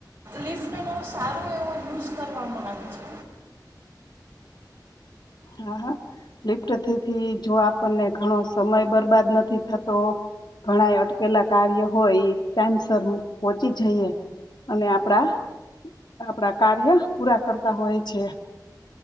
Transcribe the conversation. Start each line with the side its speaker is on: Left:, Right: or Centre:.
Right: લિફ્ટનો સારો એવો યુઝ કરવામાં આવે છે.
Left: હા હા લિફ્ટથી જો આપણને ઘણો સમય બરબાદ નથી થતો ઘણા અટકેલા કાર્ય હોય એ ટાઈમસ હ પોહચી જઈએ અને આપણા આપણા કાર્ય પૂરા કરતા હોય છે